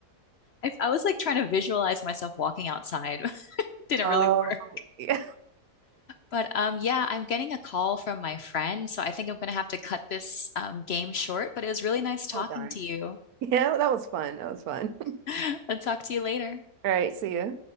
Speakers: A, on the left; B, on the right.
A: I, I was like trying to visualize myself walking outside. <laughs> Didn't
B: Oh,
A: really work.
B: yeah.
A: But um, yeah, I'm getting a call from my friend, so I think I'm gonna have to cut this um, game short. But it was really nice talking
B: Oh, darn.
A: to you.
B: Yeah, that was fun. That was fun. <laughs>
A: <laughs> I'll talk to you later.
B: All right, see ya.